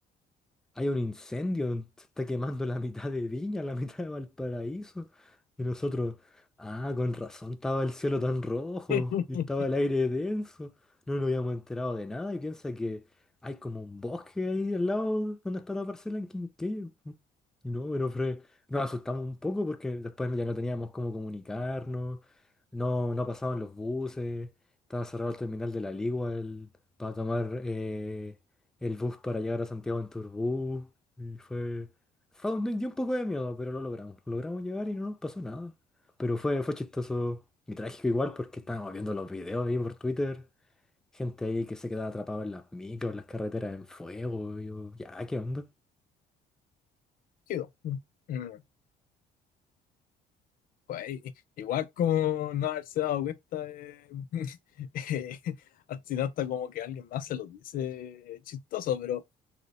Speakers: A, in the centre; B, on the left.
A: hay un incendio, se está quemando la mitad de Viña, la mitad de Valparaíso. Y nosotros, ah, con razón estaba el cielo tan rojo
B: <laughs>
A: y estaba el aire denso. No nos habíamos enterado de nada y piensa que hay como un bosque ahí al lado donde está la parcela en Quinquello. No, pero fue- nos asustamos un poco porque después ya no teníamos cómo comunicarnos, no, no pasaban los buses, estaba cerrado el terminal de la Ligua para tomar eh, el bus para llegar a Santiago en Turbú. Y fue, fue un, dio un poco de miedo, pero lo logramos. Logramos llegar y no nos pasó nada. Pero fue, fue chistoso y trágico igual porque estábamos viendo los videos ahí por Twitter. Gente ahí que se quedaba atrapada en las micros, en las carreteras en fuego. y yo, ya, ¿qué onda?
B: Brígido. Mm, pues, i- igual como no haberse dado cuenta de- <laughs> eh, al final hasta como que alguien más se lo dice eh, chistoso, pero,